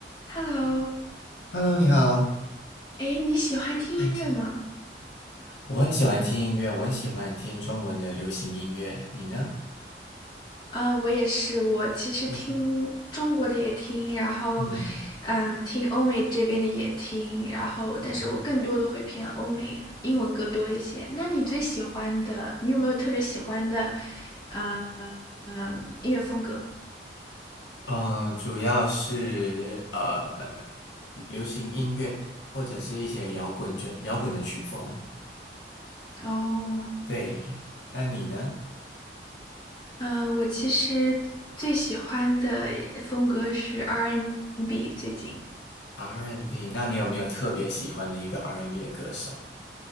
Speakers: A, on the left (about 25°); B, on the left (about 80°).
A: Hello，
B: Hello，你好。
A: 哎，你喜欢听音乐吗？
B: 嗯我很喜欢听音乐，我很喜欢听中文的流行音乐。你呢？
A: 啊、我也是，我其实听中国的也听，
B: 你
A: 然后，
B: 嗯，
A: 嗯、听欧美这边的也听，然后，但是我更多的会偏欧美英文歌多一些。
B: 哦，
A: 那你最喜欢的，你有没有特别喜欢的，啊、嗯，音乐风格？
B: 呃，主要是呃流行音乐，或者是一些摇滚曲摇滚的曲风。
A: 哦，
B: 对，那你呢
A: 嗯、我其实最喜欢的风格是 R&B，n 最近
B: ？R&B，那你有没有特别喜欢的一个 R&B 的歌手